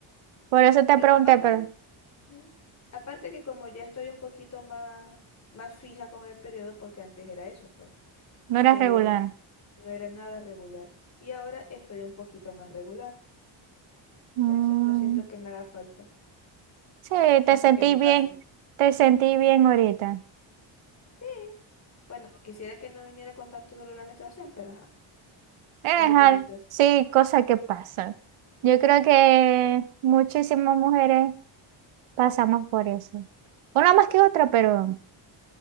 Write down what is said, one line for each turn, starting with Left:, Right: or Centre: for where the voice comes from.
Right: Por eso te
Left: Pero
Right: pregunté,
Left: aparte,
Right: pero
Left: Mm. Aparte que como ya estoy un poquito más, más fija con el periodo, porque antes era eso, pues,
Right: no eras
Left: que
Right: regular.
Left: no era nada regular. Y ahora estoy un poquito más regular.
Right: Mm,
Left: Entonces no siento que me haga falta
Right: sí, te
Left: hasta
Right: sentí
Left: que me
Right: bien,
Left: case.
Right: te sentí bien ahorita.
Left: Sí. Bueno, quisiera que no viniera con tanto dolor la menstruación, pero ajá,
Right: Es
Left: son detallitos.
Right: al- sí, cosas que pasan. Yo
Left: Ujú.
Right: creo que muchísimas mujeres pasamos por eso. Una más que otra, pero.